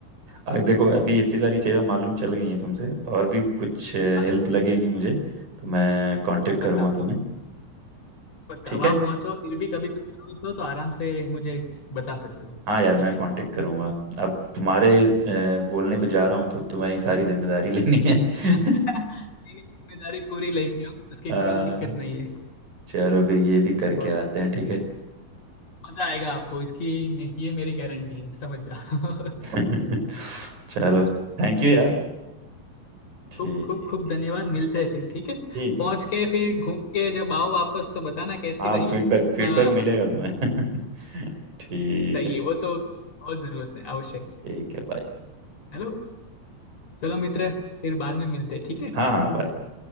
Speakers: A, on the right; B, on the left.
A: आ, देखो अभी इतनी सारी चीज़ें मालूम चल गई हैं तुमसे और भी कुछ
B: हाँ,
A: हेल्प लगेगी मुझे तो मैं कांटेक्ट
B: पक्का
A: करूँगा तुम्हें
B: वहां
A: ठीक है
B: पहुंचो फिर भी कभी कुछ जरूरत हो तो आराम से मुझे बता सकते हो
A: हाँ यार मैं
B: ठीक है
A: कांटेक्ट करूंगा अब तुम्हारे अ, बोलने पे जा रहा हूँ तो तुम्हें ही सारी जिम्मेदारी लेनी है <laughs>
B: <laughs> मेरी जिम्मेदारी पूरी लेंगे हम उसकी
A: अ,
B: कोई दिक्कत नहीं है
A: चलो फिर ये भी करके
B: बहुत
A: आते हैं ठीक है
B: मजा आएगा आपको इसकी ये मेरी गारंटी है समझ जाओ <laughs>
A: <laughs> चलो थैंक यू यार ठीक
B: खूब खूब खूब धन्यवाद मिलते हैं फिर ठीक है
A: ठीक
B: पहुंच
A: है ठीक
B: के फिर घूम के जब आओ वापस तो बताना कैसी
A: हाँ
B: रही
A: फीडबैक फीडबैक
B: हाँ
A: मिलेगा तुम्हें <laughs> ठीक
B: चाहिए
A: है
B: वो तो बहुत जरूरत है आवश्यक है
A: ठीक है बाय
B: हेलो चलो मित्र फिर बाद में मिलते हैं ठीक है
A: हाँ हाँ बाय